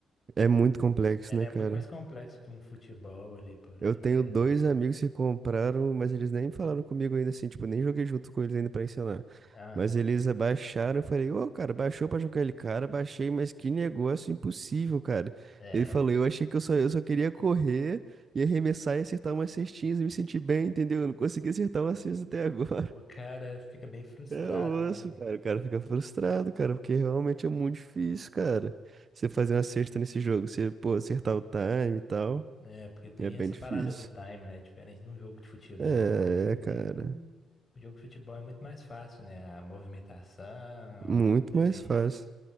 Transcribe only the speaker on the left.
Ele
é
muito mais complexo que um futebol ali, por,
por exemplo.
Aham.
É.
O
cara fica bem frustrado,
né?
É, porque tem
essa
parada do time, né? Diferente de um jogo de futebol
ali, de...
o jogo de futebol é muito mais fácil, né? A movimentação,
tudo ali.